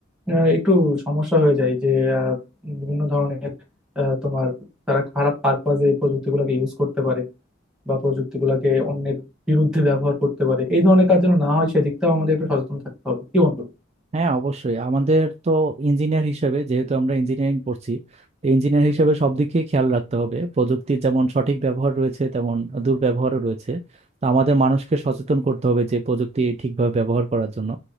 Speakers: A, in the centre; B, on the right.
A: আহ, একটু সমস্যা হয়ে যায় যে আহ, বিভিন্ন ধরনের আহ, তোমার তারা খারাপ পারপাজে এই প্রযুক্তিগুলোকে ইউজ করতে পারে বা প্রযুক্তিগুলোকে অন্যের বিরুদ্ধে ব্যবহার করতে পারে এই ধরনের কাজ যেন না হয় সেদিকটাও আমাদের একটু সচেতন থাকতে হবে কি বন্ধু
B: হ্যাঁ অবশ্যই আমাদের তো ইঞ্জিনিয়ার হিসেবে যেহেতু আমরা ইঞ্জিনিয়ারিং পড়ছি তো ইঞ্জিনিয়ার হিসেবে সব দিকে খেয়াল রাখতে হবে প্রযুক্তির যেমন সঠিক ব্যবহার রয়েছে তেমন দুর্ব্যবহারও রয়েছে তো আমাদের মানুষকে সচেতন করতে হবে যে প্রযুক্তি ঠিকভাবে ব্যবহার করার জন্য